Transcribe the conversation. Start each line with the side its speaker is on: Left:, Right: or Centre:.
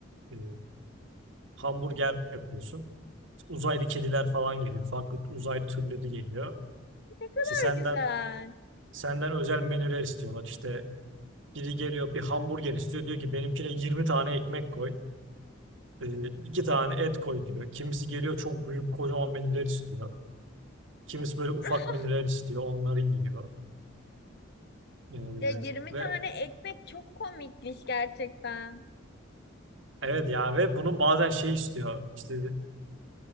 Right: E, hamburger yapıyorsun. Uzaylı kediler falan geliyor. Farklı uzaylı türleri geliyor.
Left: Ne kadar
Right: İşte senden
Left: güzel.
Right: Senden özel menüler istiyorlar. İşte biri geliyor bir hamburger istiyor. Diyor ki benimkine 20 tane ekmek koy. e, iki tane et koy diyor. Kimisi geliyor çok büyük kocaman menüler istiyor. Kimisi böyle ufak
Left: <laughs>
Right: menüler istiyor. Onları yiyor. E,
Left: Ya 20
Right: ve
Left: tane ekmek çok komikmiş gerçekten.
Right: evet ya ve bunun bazen şey istiyor. İşte